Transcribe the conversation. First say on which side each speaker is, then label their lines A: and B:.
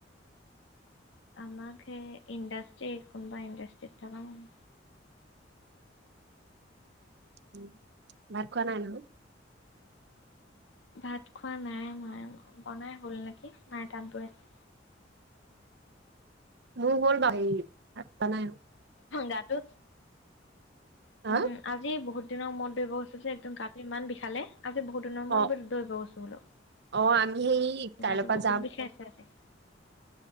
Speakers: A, on the left (about 80°); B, on the right (about 65°).
A: আমাক ইণ্ডাষ্ট্ৰি কোনোবা ইণ্ডাষ্ট্ৰি থকা মান
B: উম ভাত খোৱা নাই নহয়?
A: ভাত খোৱা নাই মই বনাই হল নেকি নাই তাত বৈ আছে।
B: মোৰ হ'ল বা হেৰি খোৱা নাই
A: গাটো।
B: হা
A: উম আজি বহুত। এ দিনৰ মদ ধৰিব গৈ হৈছে যে একদম গাটোত ইমান বিষালে আজি বহুত দিনৰ মূৰত
B: অ
A: দৰিব গৈছো বোলো
B: অ আমি সেই কাইলৈৰ
A: গাটো
B: পৰা
A: বহুত
B: যাম
A: বিষছে আছে।।